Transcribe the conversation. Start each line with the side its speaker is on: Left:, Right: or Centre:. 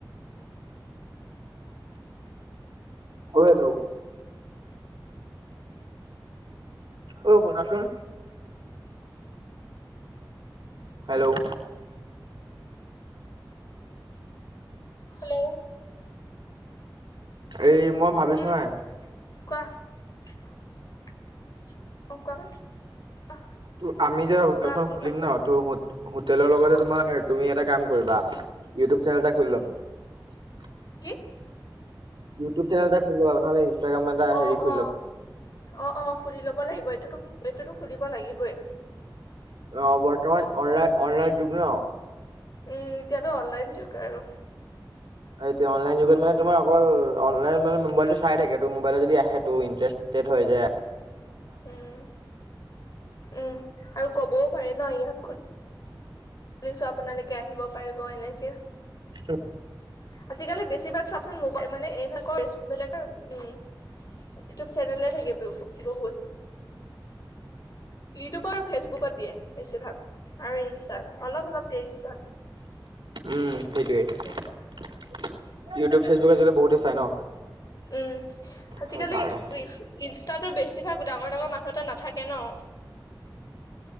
Right: ও হেল্লো, <unintelligible> ও শুনা সুন? হেল্ল'!
Left: হেল্ল'!
Right: এই মই ভাবিছোঁ
Left: উম
Right: হা
Left: কোৱা, অ', কোৱাচোন <inaudible>
Right: তোৰ আমি যে, হোটেলখন
Left: কোৱা কি
Right: খুলিম
Left: ভাবিছা
Right: ন! ত' হো-হোটেলৰ লগতে
Left: অ
Right: তোমাৰ-তুমি এটা কাম কৰিবা। ইউটিউব চেনেল এটা খুলি
Left: উম
Right: ল'বা।
Left: কি
Right: ইউটিউব চেনেল এটা খুলি ল'বা নহ'লে ইনষ্টাগ্ৰাম এটা হেৰি
Left: অ',
Right: খুলি
Left: অ',
Right: ল'বা
Left: অ', অ', খুলি ল'ব লাগিব এইটোতো এইটোতো খুলিব লাগিবই।
Right: অ বৰ্তমান অনলাইন অনলাইন যুগ ন?
Left: উম, এতিয়াতো অনলাইন যুগ আৰু।
Right: এতিয়া অনলাইন যুগত মানে তোমাৰ অকল অনলাইন মানে মোবাইলটো চাই থাকে, ত' মোবাইলত যদি আহে ত' ইন্টাৰষ্টেড হয়, যে
Left: উম, উম, আৰু ক'বও পাৰে ন' <unintelligible> ছো, আপোনালোকে আহিব পাৰিব এনেকে।
Right: উম।
Left: আজিকালি বেছিভাগ চাবচোন মোবাই মানে এইভাগাকৰ <unintelligible> বেলেগৰ উম ইউটিউব চেনেলে থাকে বহুত ইউটিউব আৰু ফেচবুকত দিয়ে বেছি ভাল আৰু ইনষ্টাত অলপ অলপ দিয়ে ইনচ
Right: উম সেইটোৱে ইউটিউব
Left: উম
Right: ফেচবুক আজি কালি বহুতে, চাই ন
Left: উ, আজিকালি
Right: সেইকাৰণে
Left: উই ইনচ তাতো বেছিভাগ ডাঙৰ ডাঙৰ মানুহ এটা নাথাকে ন?